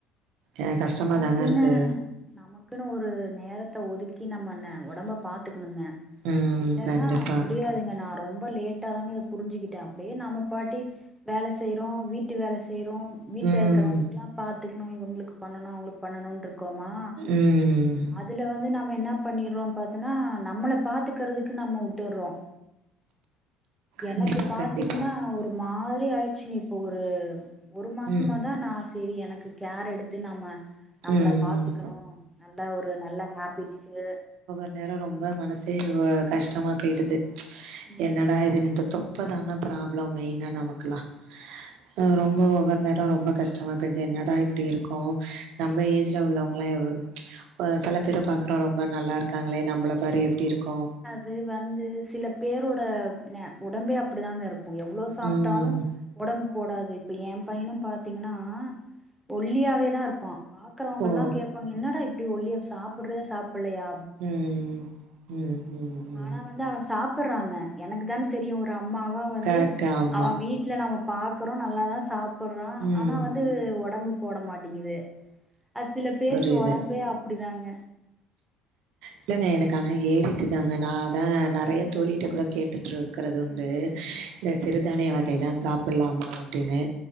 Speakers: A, on the right; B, in the centre.
A: எனக்கு கஷ்டமா
B: நமக்குன்னு
A: தாங்க இருக்கு.
B: நமக்குன்னு ஒரு நேரத்த ஒதுக்கி நம்ம ந ஒடம்ப பாத்துக்கணுங்க
A: ம்.
B: இல்லன்னேனா
A: கண்டிப்பா.
B: முடியாதுங்க நா ரொம்ப லேட்டாதாங்க இத புரிஞ்சிக்கிட்ட அப்டியே நாம பாட்டி வேல செய்றோ வீட்டு வேல செய்றோ வீட்ல
A: ம்.
B: இருக்கிறவங்களுக்குல்லா பாத்துக்கனோ இவங்களுக்கு பண்ணனோ அவுங்ளுக்கு பண்ணனோ இருக்கோமா
A: ம்.
B: அதுல வந்து நம்ம என்ன பண்ணிறோ பாத்தன்னா நம்மளப் பாத்துக்கறதுக்கு நம்ம உட்டுறோ எனக்கு
A: கண்டிப்பா
B: பாத்தீங்கன்னா
A: கண்டிப்பா
B: ஒரு மாரி ஆயிடுச்சுங்க இப்போ ஒரு ஒரு மாசமா
A: ம்
B: தா நா ச சேரி எனக்கு கேர் எடுத்து நாம நம்மள
A: ம்
B: பாத்துக்கனோ
A: ம்
B: நல்லா ஒரு நல்ல ஹேபிட்ஸு
A: அ நேரோ ரொம்ப மனசே இ உ கஷ்டமா போயிடுது
B: ம்
A: என்னடா இதுன்னு இந்த தொப் இப்பதாங்க ப்ராப்ளம் மேய்னா நமக்கேல்லா ம் ரெம்பா வர் ந ட்டா ரொம்ப கஷ்டமா போயிடுது என்னடா இப்படி இருக்கோ நம்ம ஏஜ்ல உள்ளவங்களா எவ்வளவு சில பேரா பாக்குறோ ரொம்ப நல்லா இருக்காங்களே நம்பள பாரு எப்டி இருக்கு
B: வந்து வந்து சில பேரோட ந உடம்பே அப்டிதாங்க இருக்கு எவ்வளவு சாப்பிட்டாலு
A: ம்
B: உடம்பு போடாது இப்போ எ பையனா பாத்தீங்கன்னா ஒல்லியாவே தா இருப்பா பாக்கிறவங்க
A: ஓ
B: எல்லா கேப்பாங்க என்னடா இப்படி ஒல்லிய சாப்புடுறியா சாப்படலையா
A: ம் ம் ம் ம்
B: ஆனா வந்து அவ சாப்பிடுறானே எனக்கு தானோ தெரியு ஒரு அம்மாவா வந்து
A: கரெக்ட் ஆமா
B: அவ வீட் வீட்ல நம்ம பாக்குறோ நல்லாத சாப்படுறா
A: ம்
B: ஆனா வந்து வந்து உடம்பு போட மாட்டேங்குது அது சில பேருக்கு
A: புரியுது
B: உடம்பே அப்டிதாங்க
A: இல்லேங்க எனக்கு ஆனா ஏறிட்டு தாங்க நா அதா நெறய தோழிட்ட கூட கேட்டுட்டு இருக்கிறது உண்டு
B: ம்
A: இந்த சிறுதானிய வகையல்லா சாப்பிடலாமா அப்டின்னு